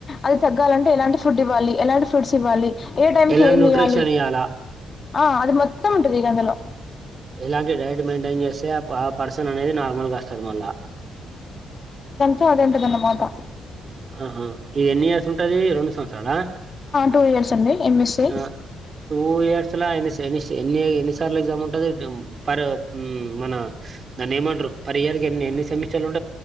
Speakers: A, on the left (about 35°); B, on the right (about 45°).
A: అద్ తగ్గాలంటే ఎలాంటి ఫుడ్ ఇవ్వాలి, ఎలాంటి ఫ్రూట్స్ ఇవ్వాలి, ఏ టైం
B: ఎలాంటి
A: కి ఏమియ్యాలి,
B: న్యూట్రిషన్ ఇయ్యాలా
A: ఆ అది మొత్తం ఉంటది. ఈ <unintelligible>
B: ఎలాంటి డైట్ మెయింటైన్ చేస్తే ఆ ఆ పర్సన్ అనేది నార్మల్గా వస్తాడు మళ్ళా?
A: సో అదుంటదన్నమాట.
B: అహా ఇది ఎన్ని ఇయర్స్ ఉంటది రెండు సంవత్సరాల?
A: టూ ఇయర్స్ అండి ఎంఎస్సి
B: ఆ టూ ఇయర్స్లా ఎన్ని సే ఎన్ని స్ ఏ ఎన్ని సార్లు ఎగ్జామ్ ఉంటది పర్ మన దాన్ని ఏమంటారు పర్ ఇయర్ కి ఎన్ని ఎన్ని సెమిస్టర్లు ఉ